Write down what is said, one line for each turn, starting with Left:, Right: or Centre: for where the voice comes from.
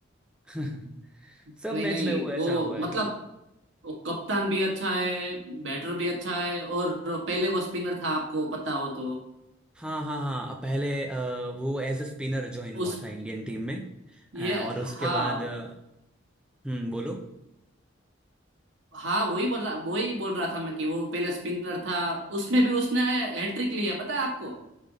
Centre: <laughs>
Right: नहीं
Centre: सब
Right: नहीं
Centre: मैच में वो ऐसा
Right: वो
Centre: हुआ
Right: मतलब
Centre: है
Right: वो कप्तान भी अच्छा है बैटर भी अच्छा है और पहले वो स्पिनर था आपको पता हो तो
Centre: हाँ हाँ हाँ पहले अ, वो एज अ स्पिनर ज्वाइन
Right: उस
Centre: हुआ था इंडियन टीम में
Right: ये
Centre: अ, और उसके
Right: हाँ
Centre: बाद अ, हम्म बोलो
Right: हाँ वही बोल रहा वही बोल रहा था मैं कि वो पहले स्पिनर था उसमें भी उसने हैट्रिक ली है पता है आपको